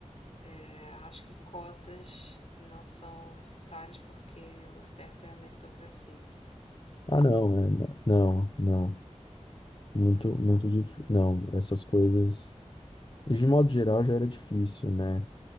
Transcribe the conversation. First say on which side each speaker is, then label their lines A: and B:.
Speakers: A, on the left; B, on the left.
A: É, acho que cotas não são necessárias porque o certo é a meritocracia.
B: Ah, não, é, não, não. Muito,
A: É,
B: muito difícil. Não, essas coisas. De modo geral já era difícil, né?